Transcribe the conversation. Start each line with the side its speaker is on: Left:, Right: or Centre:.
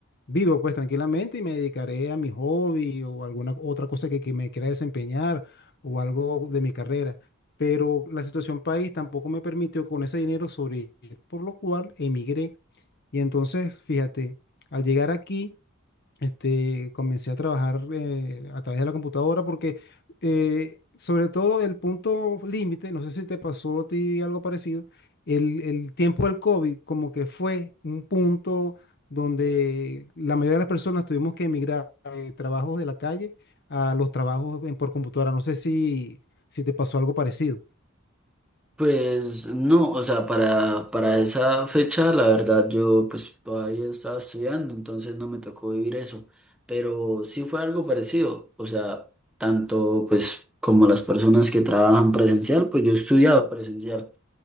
Left: vivo pues tranquilamente y me dedicaré a mi hobby o alguna otra cosa que, que me quiera desempeñar o algo de mi carrera. Pero la situación país tampoco me permitió con ese dinero sobrevivir, por lo cual emigré. Y entonces, fíjate, al llegar aquí este, comencé a trabajar eh, a través de la computadora porque eh, sobre todo el punto límite, no sé si te pasó a ti algo parecido, el, el tiempo del COVID como que fue un punto donde la mayoría de las personas tuvimos que emigrar de trabajos de la calle a los trabajos en- por computadora. No sé si, si te pasó algo parecido.
Centre: Pues no, o sea, para, para esa fecha, la verdad, yo pues todavía estaba estudiando, entonces no me tocó vivir eso, pero sí fue algo parecido, o sea, tanto pues como las personas que trabajan presencial, pues yo estudiaba presencial.